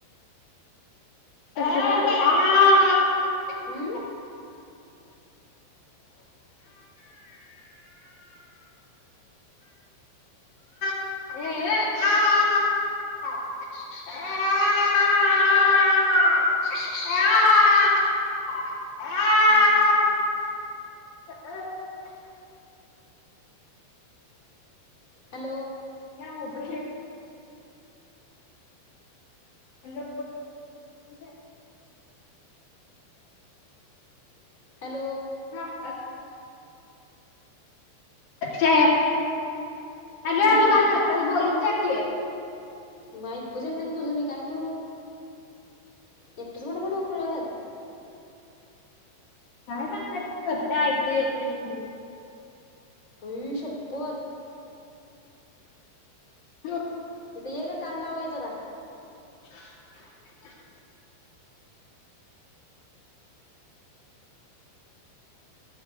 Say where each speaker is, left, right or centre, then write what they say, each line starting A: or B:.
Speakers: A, on the left (about 55°); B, on the left (about 35°).
A: <unintelligible>
B: हम्म
A: <unintelligible>
B: हॅलो.
A: <unintelligible> Hello <unintelligible>
B: hello.
A: हा काय. <unintelligible> हॅलो
B: हम्म
A: हॅलो काय करत्यास बोलू <unintelligible>
B: म ऐकूच येत नाही तुझं मी काय करू एकटच बडबडू खुळ्यागत
A: काय सांगालीस वर्षा ऐकू येत नाही म्हणून?
B: आई शप्पत.
A: म्हणून
B: इथं ये ग कान लावये जरा
A: <inaudible>